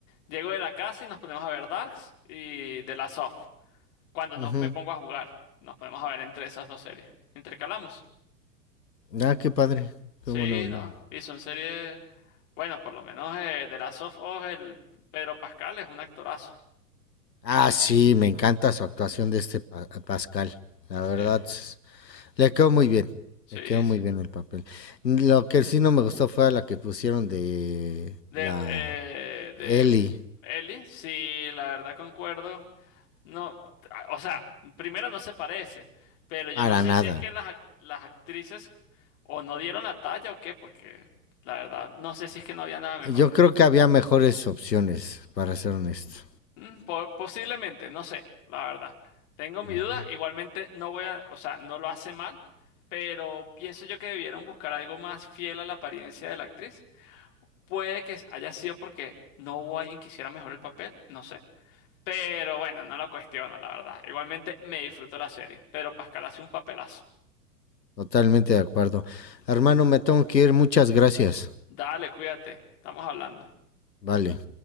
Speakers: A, on the left; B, on the left.
A: Llego de la casa y nos ponemos a ver Darks y The Last of. Cuando no
B: Ujú.
A: me pongo a jugar, nos ponemos a ver entre esas dos series. Intercalamos.
B: Ah, qué padre,
A: Sí,
B: qué buena onda.
A: ¿no? Y son series. Bueno, por lo menos eh, The Last of Us, el Pedro Pascal es un actorazo.
B: Ah, sí, me encanta su actuación de este Pa- Pascal. La
A: Sí,
B: verdad, s- le quedó muy bien.
A: sí,
B: Le quedó muy
A: sí.
B: bien el papel. Lo que sí no me gustó fue la que pusieron de
A: De,
B: la
A: eh, de
B: Ellie.
A: Ellie, sí, la verdad concuerdo. No, a- o sea, primero no se parece, pero yo
B: Para
A: no sé
B: nada.
A: si es que las, ac- las actrices o no dieron la talla o qué, porque la verdad, no sé si es que no había nada mejor.
B: Yo creo que había mejores opciones, para ser honesto.
A: Mm, po- posiblemente, no sé, la verdad. Tengo mi
B: Ujú.
A: duda, igualmente no voy a, o sea, no lo hace mal, pero pienso yo que debieron buscar algo más fiel a la apariencia de la actriz. Puede que haya sido porque no hubo alguien que hiciera mejor el papel, no sé. Pero bueno, no lo cuestiono, la verdad. Igualmente me disfruto la serie. Pedro Pascal hace un papelazo.
B: Totalmente de acuerdo. Hermano, me tengo que ir. Muchas gracias.
A: Dale, cuídate. Estamos hablando.
B: Vale.